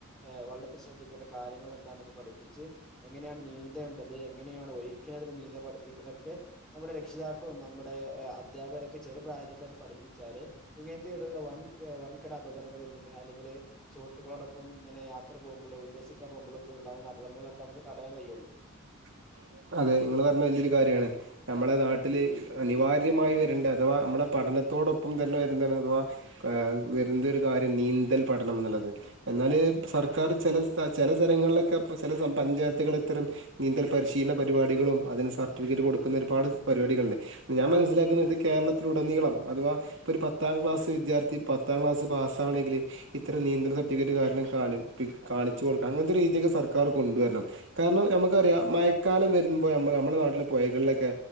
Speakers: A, in the centre; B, on the right.
A: ഏഹ് വെള്ളത്തിൽ ശ്രദ്ധിക്കേണ്ട കാര്യങ്ങൾ എന്താന്നൊക്കെ പഠിപ്പിച്ച് എങ്ങനെയാണ് നീന്തേണ്ടത് എങ്ങനെയാണ് ഒഴിക്കിനെതിരെ നീന്ത പഠിപ്പിക്കുന്നൊക്കെ നമ്മുടെ രക്ഷിതാക്കളും നമ്മ ളുടെ അധ്യപകരൊക്കെ ചെറു പ്രായത്തിൽ തന്നെ പഠപ്പിച്ചാല് ഇങ്ങനത്തെയുള്ള വൻ വൻകിട അപകടങ്ങ ളിൽ നിന്ന് അല്ലെങ്കിൽ സുഹത്തുളോടൊപ്പം ഇങ്ങനെ യാത്ര പോകുമ്പോൾ ഉല്ലസിക്കാൻ പോകുമ്പോഴൊക്കെ ഉണ്ടാവുന്ന അപകടങ്ങളൊക്കെ നമുക്ക് തടയാൻ കഴിയുള്ളു
B: <inaudible> അതെ നിങ്ങൾ പറഞ്ഞ വലിയൊരു കാര്യമാണ് നമ്മളെ നാട്ടില് അനിവാര്യമായി വരേണ്ട അഥവാ നമ്മളെ പ പഠനത്തോടൊപ്പം തന്നെ വരുന്ന അഥവാ ഏഹ് വരേണ്ട ഒരു കാര്യം നീന്തൽ പഠനം എന്നുള്ളത് എന്നാല് സർക്കാർ ചെല ചില സ്ഥലങ്ങളിലൊക്കെ ചെല പഞ്ചായത്തുകൾ ഇത്തരം നീന്തൽ പരിശീല ന പരിപാടികളും അതിന് സർട്ടിഫിക്കറ്റ് കൊടുക്കുന്ന ഒരുപാട് പരിപാടികളുണ്ട് ഞാൻ മനസ്സിലാക്കുന്നത് കേരളത്തില് ഉടനീ ളം അഥവാ ഇപ്പൊ ഒരു പത്താം ക്ലാസ് വിദ്യാർത്ഥി പത്താം ക്ലാസ് പാസ്സാവണങ്കിൽ ഇത്തരം നീന്തൽ സർട്ടിഫിക്കറ്റ് കാരണം കാണിപ്പി കാണിച്ചു കൊടുക്കണം അങ്ങനത്തെ രീതിഒക്കെ സർക്കാർ കൊണ്ടുവരണം കാരണം നമുക്കറിയാം മയ ക്കാലം വരുമ്പോ നമ്മ നമ്മളുടെ നാട്ടില പോയകളിലൊക്കെ